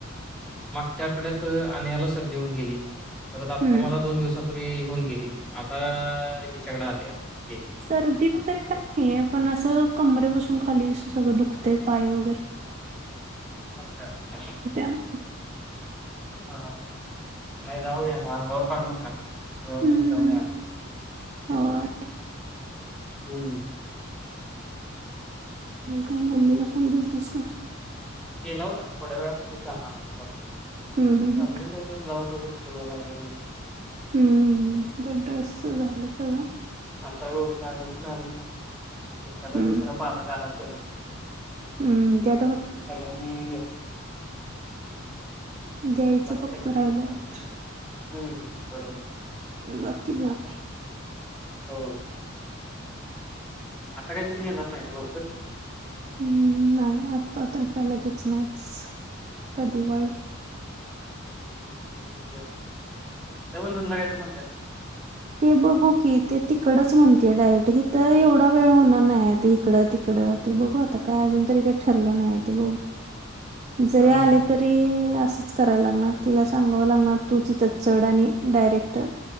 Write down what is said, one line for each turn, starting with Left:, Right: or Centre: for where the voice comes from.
Centre: मागच्या आठवड्यात आन्याला सर्दी होऊन गेली परत आता
Right: हम्म
Centre: मला दोन दिवसा परी होऊन गेली, आता हिच्याकड आलेय आता. ते
Right: सर्दी वगैरे काय
Centre: एक
Right: नाही आपण असं कमरे बसून खाली सगळं दुखते पाय वगैरे,
Centre: अच्छा हा
Right: त्यामुळे
Centre: हा, का जाऊया अंगावर काढू नका दवाखान्यात
Right: हम्म
Centre: जाऊन या.
Right: होय.
Centre: हम्म
Right: काही मम्मीला फोन दिलतास का?
Centre: केला होता थोड्या वेळापूर्वी झाला आमचा कॉल सांगली
Right: हम्म हम्म हम्म
Centre: -मिरजेत ब्लाऊज वगैरे, हे मला <inaudible>
Right: हम्म, ज ड्रेसच झालं सगळं
Centre: आता बघ शाळेचं झाले, एखादा
Right: हम्म
Centre: दुसरा पालक आला तरचं.
Right: हम्म त्या तर
Centre: सगळ्यांनी, <unintelligible>
Right: द्यायचं
Centre: बाकी
Right: फक्त
Centre: सगळ्यांनी
Right: राहिलंय वाटत.
Centre: हम्म हम्म बरोबर,
Right: बाकी झालय.
Centre: हो. आता काय तुम्ही येणार नाही, ना लवकर
Right: हम्म, नाही आता तर काय लगेच नाहीच. आता दिवाळीत
Centre: हम्म बर बर रक्षाबंधनला यायचं म्हणत्यात.
Right: ते बघू की, ते त तिकडेच म्हणतेय, डायरेक्ट हित एवढा वेळ होणार नाही इकडं तिकडं ते बघू आता काय अजून तरी. ठरले नाही. ते बघू जरी
Centre: हा हा
Right: आले
Centre: हा.
Right: तरी अ करायला लागणार तिला सांगावं लागणार तू तिथं चढ आणि डायरेक्ट